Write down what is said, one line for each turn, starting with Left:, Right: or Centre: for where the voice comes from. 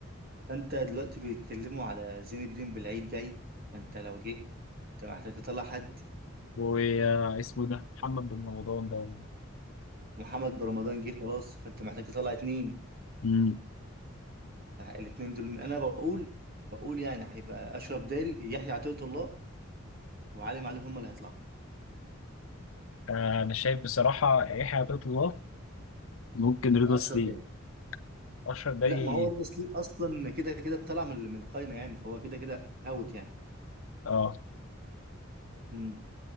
Right: فانت دلوقتي بيتكلموا على زين الدين بالعيد جاي فانت لو جه انت محتاج تطلع حد
Left: واسمه ده محمد بن رمضان ده ولا
Right: ومحمد رمضان جه خلاص فانت محتاج تطلع اتنين
Left: امم
Right: فالاتنين دول انا بقول بقول يعني هيبقى اشرف داري يحيى عطية الله وعلي معلول هم اللي هيطلعوا
Left: آه انا شايف بصراحه يحيى عطية الله ممكن رضا
Right: فاشرف
Left: سليم
Right: داري
Left: اشرف داري
Right: لا ما هو رضا سليم اصلا كده كده طلع من من القايمه يعني فهو كده كده اوت يعني
Left: اه
Right: امم